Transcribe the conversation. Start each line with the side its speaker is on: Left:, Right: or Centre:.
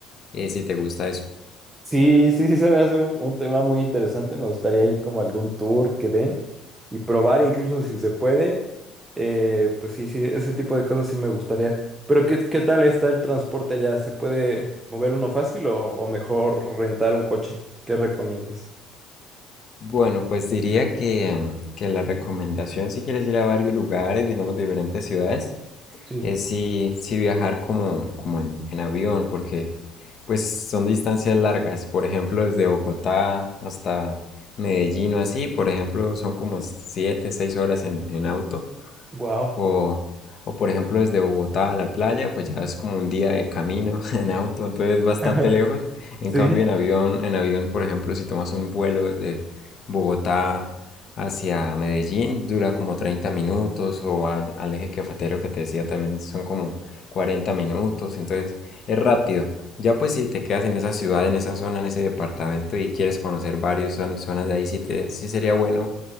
Left: eh, si te gusta eso.
Right: Sí, sí, sí, se me hace un, un tema muy interesante. Me gustaría ir como a algún tour que den y probar, incluso si se puede. Eh, pues sí, sí, ese tipo de cosas sí me gustaría. Pero ¿qué, qué tal está el transporte allá? ¿Se puede mover uno fácil o, o mejor rentar un coche? ¿Qué recomiendas?
Left: Bueno, pues diría que, em, que la recomendación si quieres ir a varios lugares, digamos diferentes ciudades,
Right: Sí.
Left: es si, si viajar como, como en, en avión, porque pues son distancias largas. Por ejemplo, desde Bogotá hasta Medellín o así, por ejemplo, son como 7, 6 horas en, en auto.
Right: Wow.
Left: O, o por ejemplo, desde Bogotá a la playa, pues ya es como un día de camino <laughs> en auto, entonces es bastante
Right: <laughs>
Left: lejos. En cambio,
Right: Sí.
Left: en avión, en avión, por ejemplo, si tomas un vuelo desde Bogotá hacia Medellín, dura como 30 minutos, o al, al eje cafetero que te decía también son como 40 minutos, entonces es rápido. Ya pues si te quedas en esa ciudad, en esa zona, en ese departamento y quieres conocer varios varias zonas de ahí, sí, te, sí sería bueno